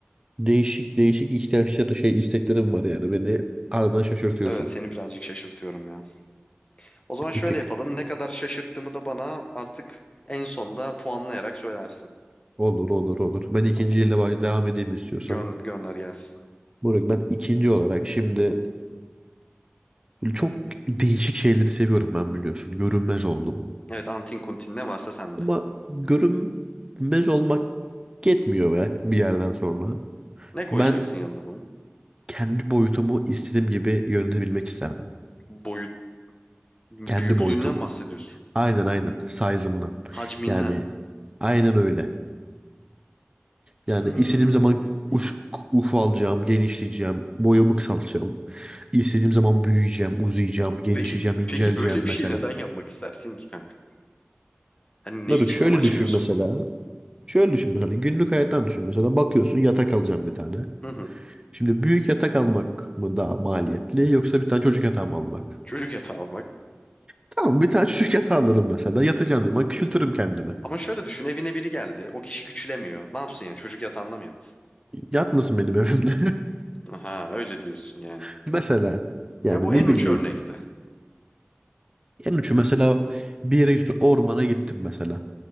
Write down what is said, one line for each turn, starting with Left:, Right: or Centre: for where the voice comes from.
Right: Değişik değişik ihtiyaçları şey isteklerim var yani. Beni harbiden şaşırtıyorsun.
Left: Evet seni birazcık şaşırtıyorum ya. O zaman şöyle
Right: Bir tık.
Left: yapalım. Ne kadar şaşırttığımı da bana artık en sonda puanlayarak söylersin.
Right: Olur olur olur. Ben ikinci
Left: Tamam.
Right: yıla bak- devam edeyim istiyorsan.
Left: Gön gönder gelsin.
Right: Moruk ben ikinci olarak şimdi böyle çok değişik şeyleri seviyorum ben biliyorsun. Görünmez oldum.
Left: Evet antin kuntin ne varsa sende.
Right: Ama görünmez olmak yetmiyor be bir yerden sonra.
Left: Ne koyacaksın
Right: Ben
Left: yanına bunun?
Right: kendi boyutumu istediğim gibi yönetebilmek isterdim.
Left: Boyut büyüklüğünden
Right: Kendi boyutumu.
Left: bahsediyorsun.
Right: Aynen aynen. Size'ımdan.
Left: Hacminden.
Right: Yani aynen öyle. Yani
Left: Hmm.
Right: istediğim zaman uç, ufalacağım, genişleyeceğim, boyumu kısaltacağım. İstediğim zaman büyüyeceğim, uzayacağım, genişleyeceğim,
Left: Peki
Right: inceleyeceğim
Left: peki böyle bir şey
Right: mesela.
Left: neden yapmak istersin ki kanka? Hani
Right: Moruk
Left: ne için
Right: şöyle
Left: amaçlıyorsun
Right: düşün mesela.
Left: bunu?
Right: Şöyle düşün mesela günlük hayattan düşün mesela bakıyorsun yatak alacağım bir tane.
Left: Hı hı.
Right: Şimdi büyük yatak almak mı daha maliyetli yoksa bir tane çocuk yatağı mı almak?
Left: Çocuk yatağı almak.
Right: Tamam bir tane <laughs> çocuk yatağı alırım mesela yatacağım zaman küçültürüm kendimi.
Left: Ama şöyle düşün evine biri geldi. O kişi küçülemiyor. Ne yapsın yani çocuk yatağında mı yatsın?
Right: Yatmasın benim evimde.
Left: Aha öyle diyorsun yani.
Right: <laughs> Mesela yani
Left: Ha bu
Right: ne
Left: en uç
Right: bileyim
Left: örnekti.
Right: en ucu mesela bir yere gittim ormana gittim mesela.